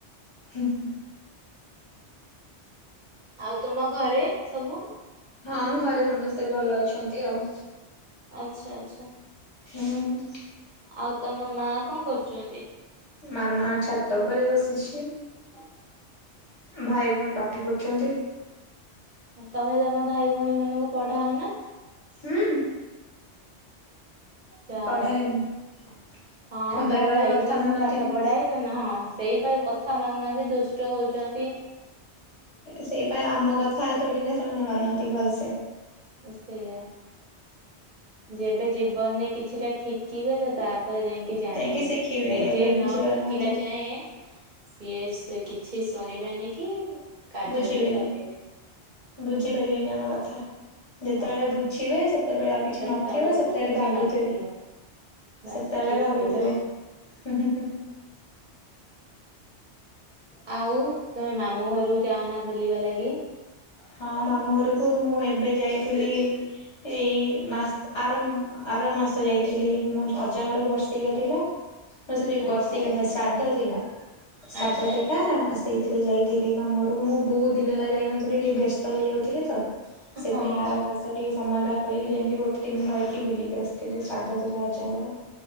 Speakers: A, on the left; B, on the right.
A: ହୁଁ ହୁଁ।
B: ଆଉ ତୁମ ଘରେ ସବୁ
A: ହଁ ଘରେ ସମସ୍ତେ ଭଲ ଅଛନ୍ତି ଆଉ।
B: ଆଚ୍ଛା ଆଚ୍ଛା।
A: ହୁଁ।
B: ଆଉ ତମ ମା କଣ କରୁଚନ୍ତି।
A: ମାମା ଛାତ ଉପରେ ବସିଛି।
B: ହଁ।
A: ଭାଇ ଭଉଣୀ ପାଠ ପଢ଼ୁଚନ୍ତି।
B: ତମେ ତମ ଭାଇ ଭଉଣୀ ମାନଙ୍କୁ ପଢାଅ ନା।
A: ହୁଁ।
B: ଯାହା
A: ପଢାଏ
B: ହଉ
A: ନି
B: ହଁ ମୋ
A: ବେଳେ ବେଳେ
B: ଭାଇ
A: କଥା
B: କି ବି ମୁଁ
A: ମାନନ୍ତିନି।
B: ପାଠ ପଢାଏ ସେ ନା ହଁ ସେଇପା କଥା ମାନୁନାହାନ୍ତି ଦୁଷ୍ଟ ହଉଚନ୍ତି।
A: ସେଇପା ଆମ କଥା ଥୋଡି ନା ସେମାନେ ମାନନ୍ତି ଭଲସେ।
B: ସେଇଆ। ଯେବେ ଜୀବନରେ କିଛିଟା ଠିକିବେ ତ ତାପରେ ଯାଇ କି ଜାଣିବେ।
A: ଯାଇକି ଶିଖିବେ
B: ନିଜେ
A: ଏବେ
B: ନ
A: ବୁଝି ପାରୁନାହାନ୍ତି
B: ଠିକିଲା ଯାଏ ସିଏ ସେ କିଛି ଶୁଣିବେନି କି କାର୍ଯ୍ୟରେ
A: ବୁଝିବେନି।
B: ବି ଲଗେଇବେନି
A: ବୁଝିପାରିବେନି ଆମ କଥା। ଯେତେବେଳେ
B: ହଁ
A: ବୁଝିବେ ସେତେବେଳେ ଆଉ କିଛି
B: ସେତେବେଳକୁ
A: ନଥିବ ସେତେବେଳେ
B: କିଛି
A: ଭାବୁଥିବେ।
B: ନଥିବ। ବାସ୍
A: ସେତେବେଳେ
B: ଠିକ୍
A: ଭାବୁଥିବେ
B: କହିଲ
A: ହୁଁ ହୁଁ।
B: ଆଉ ତମେ ମାମୁଁ ଘରୁକୁ ଯାଅନା ବୁଲିବା ଲାଗି?
A: ହଁ ମାମୁଁ ଘରକୁ ମୁଁ ଏବେ ଯାଇଥିଲି। ଏଇ ମାସ ଆର ଆର ମାସ ଯାଇଥିଲି ମୋ ଅଜାଙ୍କର ବର୍ଷିକା ଥିଲା। ସେଠି
B: ଆଚ୍ଛା
A: ବର୍ଷିକା
B: ଆଚ୍ଛା
A: ନୁହଁ ଶ୍ରାଦ୍ଧ ଥିଲା ଶ୍ରାଦ୍ଧ
B: ଆଚ୍ଛା
A: ଥିଲା
B: ଆଚ୍ଛା
A: ସେଇଥିରେ ଯାଇ ଥିଲି। ମାମୁଁ ଘରକୁ ମୁଁ ବହୁତ ଦିନ ହେଲା ଯାଇ ନଥିଲି ଟିକେ ବ୍ୟସ୍ତ ରହି ଯାଉଥିଲି ତ। ସେଥିପାଇଁ
B: ହଁ।
A: ଆର ମାସ ଟିକେ ସମୟ ବାହାର କରିକି ଯାଇକି ଗୋଟେ ଦି ଦିନ ରହିକି ବୁଲିକି ଆସିଥିଲି ଶ୍ରାଦ୍ଧ ଥିଲା ଅଜାଙ୍କର